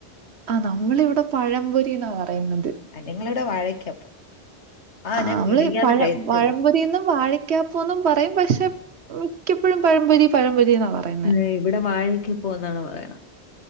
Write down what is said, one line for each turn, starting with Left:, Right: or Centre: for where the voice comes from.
Right: ആ നമ്മളിവിടെ പഴംപൊരിന്നാ പറയുന്നത്.
Left: നിങ്ങളുടെ വാഴക്കപ്പം. ആഹ്
Right: ആ
Left: ഞാൻ
Right: നമ്മള്
Left: മിനിഞ്ഞാന്ന്
Right: പഴ
Left: കഴിച്ചത്
Right: വഴംപൊരിന്നും വാഴക്കാപ്പന്നും പറയും പക്ഷെ മിക്കപ്പോഴും പഴംപൊരി പഴംപൊരി എന്നാ പറയുന്നേ
Left: ഏ, ഇവിടെ വാഴക്ക ഇപ്പോന്നാണ് പറയ്ണ